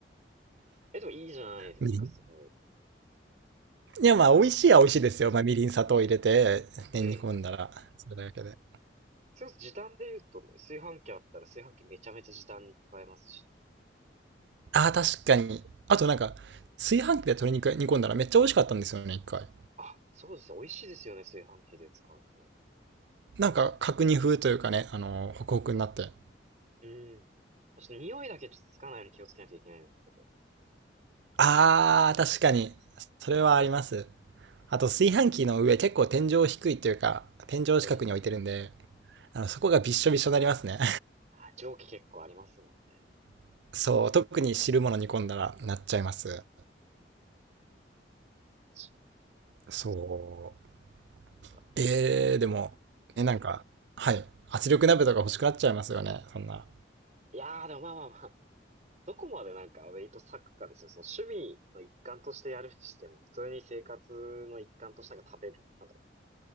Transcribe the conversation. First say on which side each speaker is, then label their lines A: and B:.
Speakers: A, on the right; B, on the right.
A: え、でもいいじゃないですか、
B: みりん
A: すごい。
B: いや、まあ、
A: <laughs>
B: 美味しいは美味しいですよ。まあ、みりん、砂糖入れて、ね、
A: ええ。
B: 煮込んだら、それだけで。
A: それこそ時短で言うとね、炊飯器あったら炊飯器めちゃめちゃ時短に使えますしね。
B: ああ、確かに。あと、なんか、炊飯器で鶏肉煮込んだらめっちゃ美味しかったんですよね、一回。
A: あ、そうですね。美味しいですよね、炊飯器で使うと。
B: なんか、角煮風というかね、あの、ホクホクになって。
A: うん。ちょっと匂いだけちょっとつかないように気をつけないといけないんですけど。
B: ああ、確かに。それはあります。あと、炊飯器の上、結構天井低いというか、天井近くに置いてるんで、
A: ええ。
B: あの、そこがびっしょびしょになりますね。
A: あ、蒸気結構ありますもんね。
B: <laughs> そう、特に汁物煮込んだらなっちゃいます。
A: 確か
B: そう。
A: にか。
B: えー、
A: え
B: でも、ねなんか、はい。圧力鍋とか欲しくなっちゃいますよね、そんな。
A: いやー、でもまあまあまあ。どこまでなんかウェイト割くかですよ。その趣味の一環としてやるにしても、普通に生活の一環としてなんか食べる。なんだろう。